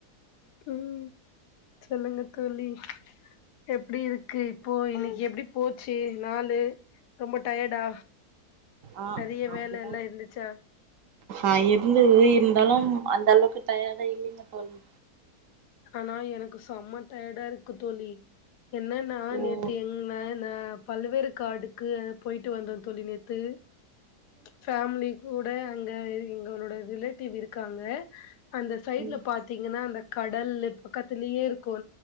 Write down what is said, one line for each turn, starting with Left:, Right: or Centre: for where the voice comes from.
Left: ம் சொல்லுங்க தோழி எப்டி இருக்கு இப்போ இன்னைக்கு எப்டி போச்சு நாலு ரொம்ப டயர்டா
Right: ஆ
Left: நெறைய
Right: அப்டிதா
Left: வேல எல்லா இருந்துச்சா
Right: ஆ இருந்துது இருந்தாலும் அந்த அளவுக்கு டயர்டா இல்லிங்க தோழி
Left: ஆனா எனக்கு செம டயர்டா இருக்கு தோழி என்னன்னா
Right: ஓ
Left: நேத்து எங்ன அந்த பழ்வேற்காடுக்கு போயிட்டு வந்தோ தோழி நேத்து ஃபேமிலி கூ ட அங்க எங்கோளட ரிலேட்டிவ் இருக்காங்க அந்த சைடுல
Right: ம்
Left: பாத்திங்கனா அந்த கடல்லு பக்கத்திலயே இருக்கு